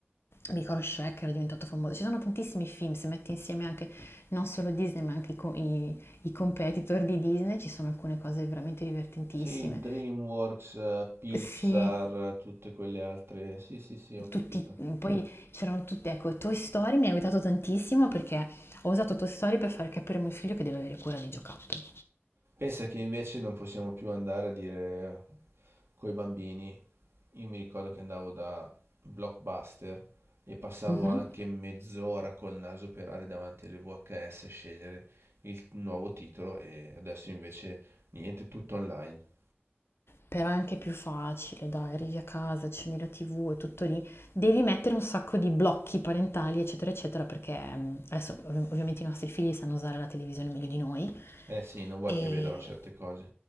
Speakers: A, on the left (about 75°); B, on the right (about 80°).
A: Mi ricordo Shrek era diventato famoso. Ci sono tantissimi film, se metti insieme anche non solo Disney, ma anche i, co- i- i competitor di Disney, ci sono alcune cose veramente divertentissime.
B: Sì, DreamWorks, eh, Pixar,
A: Sì,
B: tutte quelle altre. Sì, sì, sì, ho capito.
A: tutti, poi c'erano tutti, ecco, Toy Story mi ha aiutato tantissimo perché ho usato Toy Story per far capire a mio figlio che deve avere cura dei giocattoli.
B: Pensa che invece non possiamo più andare a dire coi bambini. Io mi ricordo che andavo da Blockbuster e passavo
A: Mhm.
B: anche mezz'ora col naso per andare davanti alle VHS a scegliere il nuovo titolo e adesso invece niente, tutto online.
A: Però è anche più facile, dai, arrivi a casa, accendi la TV, è tutto lì. Devi mettere un sacco di blocchi parentali, eccetera, eccetera, perché mm, adesso ov- ovviamente i nostri figli sanno usare la televisione meglio di noi.
B: Eh sì, non vuoi
A: E
B: che vedano certe cose.